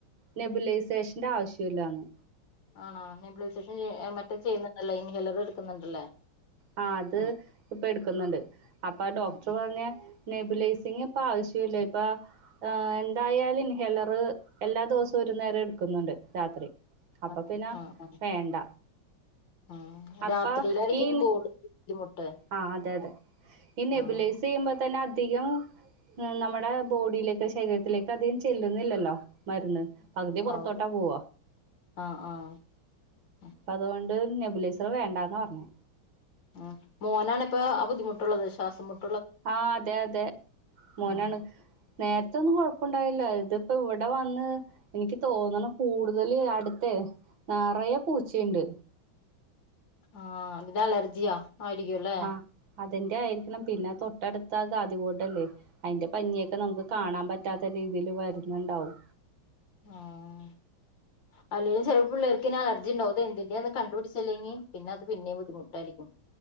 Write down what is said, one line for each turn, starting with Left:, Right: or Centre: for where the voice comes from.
Right: നെബുലൈസേഷന്റെ ആവിശ്യല്ലന്ന്
Left: ആണ നിമ്പ്സ് ഞ്ചഷൻ എ മറ്റെ ചെയ്യുന്ന അല്ല ഇൻഹെലൻ എടുക്കുന്നുണ്ടല്ലേ
Right: ആ അത്
Left: ഉം
Right: ഇപ്പൊ എടുക്കുന്നുണ്ട് അപ്പൊ ഡോക്ടർ
Left: ഉം ഉം
Right: പറഞ്ഞേ നെബുലൈസിംഗ് ഇപ്പ ആവശ്യമില്ല ഇപ്പ ആ എന്തായാലും ഇൻഹേലറ് എല്ലാ ദിവസവും ഒരു നേരം എടുക്കുന്നുണ്ട് രാത്രി അപ്പൊ
Left: ആഹ്
Right: പിന്നെ
Left: ആഹ് ആഹ്
Right: വേണ്ട
Left: ആഹ്
Right: അപ്പ
Left: രാത്രിയിലായിരിക്കും
Right: ഈ
Left: കൂടുതൽ ബുദ്ധിമുട്ട്
Right: ആഹ അതെ അതെ ഇ നെ
Left: ആഹ്
Right: ബലേസ് ചെയ്യുമ്പോ തന്നെ അധികം നമ്മുടെ ബോഡിയിലേക്ക് ശരീരത്തിലേക്ക് അധികം ചെല്ലുന്നില്ലല്ലോ മരുന്ന് പകുതി പുറത്തോട്ടാ
Left: ആഹ്
Right: പോവ
Left: ആഹ് ആഹ് ഉം
Right: അതുകൊണ്ട് നെബുലേസർ വേണ്ടാന്ന് പറഞ്ഞേ
Left: ഉം മോനാണ്പ്പ ആഹ് ബുദ്ധിമുട്ടുള്ളത് ശ്വാസമുട്
Right: ആഹ് അതെ അതെ മോനാണ്
Left: ഉം
Right: നേര്ത്തൊന്നും കൊഴപ്പുണ്ടായില്ല ഇത് പ്പ വടെ വന്ന് എനിക്ക് തോന്നണ് കൂടുതല് അട്ത്തെ നറയെ പൂച്ചെണ്ട്
Left: ആഹ് അതിന്റെ അലർജിയാ ആയിരിക്കുല്ലെ
Right: ആഹ് അതിന്റെ ആയിരിക്കണം പിന്നെ തൊട്ടട്ത്ത ഗാതിപോട്ടല്ലേ അയിന്റെ പഞ്ഞിയൊക്കെ നമുക്ക് കാണാൻ പറ്റാത്ത രീതില് വര്ന്നുണ്ടാവും.
Left: ആഹ് അല്ലേലും ചെലപ്പുള്ളേർക്കിനാർജിണ്ടാവും ഇതെന്തിന്റെന്ന് കണ്ടുപിട്ച്ചില്ലെങ്കി പിന്നെ അത് പിന്നേ ബുദ്ധിമുട്ടായിരിക്കും.